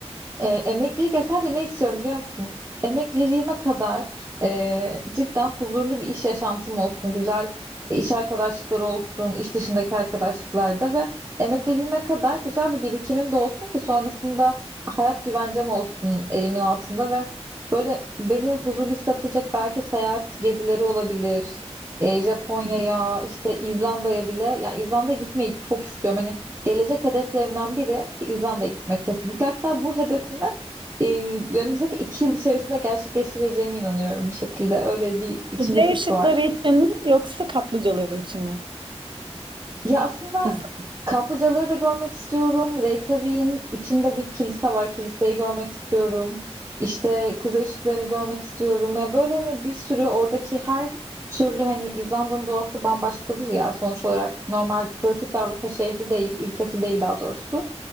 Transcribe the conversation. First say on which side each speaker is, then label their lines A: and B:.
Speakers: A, on the right; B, on the right.
A: e, emeklilik ya sadece ne istiyorum biliyor musun? Emekliliğime kadar e, cidden huzurlu bir iş yaşantım olsun, güzel e, iş arkadaşlıkları olsun, iş dışındaki arkadaşlıklarda ve emekliliğime kadar güzel bir birikimim de olsun ki sonrasında hayat güvencem olsun elimin altında ve böyle beni huzurlu hissettirecek belki seyahat gezileri olabilir. E, Japonya'ya,
B: <laughs>
A: işte İzlanda'ya bile, ya İzlanda'ya gitmeyi çok istiyorum. Hani Gelecek hedeflerimden biri İzlanda'ya gitmek kesinlikle. Hatta bu hedefimi e, önümüzdeki iki yıl içerisinde gerçekleştireceğime inanıyorum bir şekilde. Öyle bir içimde
B: Z
A: his
B: ışıkları
A: var.
B: için mi yoksa kaplıcalar için mi?
A: Ya aslında
B: İzle.
A: kaplıcaları da görmek istiyorum. Reykjavik'in içinde bir kilise var. Kiliseyi görmek istiyorum. İşte kuzey ışıklarını görmek istiyorum. Ya böyle hani bir sürü oradaki her türlü hani İzlanda'nın doğası bambaşkadır ya sonuç olarak. Normal klasik bir Avrupa şehri değil, ülkesi değil daha doğrusu.